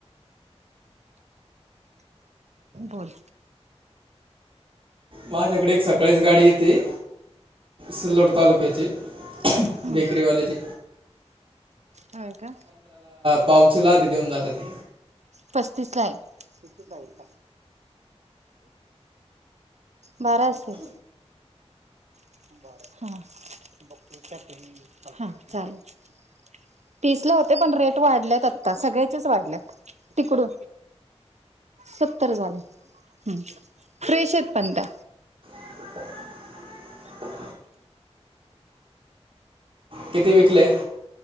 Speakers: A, on the right (about 85°); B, on the right (about 50°).
A: बोल
B: माझ्याकडे एक सकाळीच गाडी येते सिल्लोड तालुक्याची
A: हम्म
B: बेकरीवालेची
A: हय का
B: पावचे लाधी देऊन जात ती
A: पस्तीस ला आहे बारं असेल हा हा चालेल पिसला होते पण रेट वाढल्यात आता सगळ्याचेच वाढल्यात तिकडून सत्तर झाले फ्रेश आहेत पण त्या
B: <inaudible> किती विकले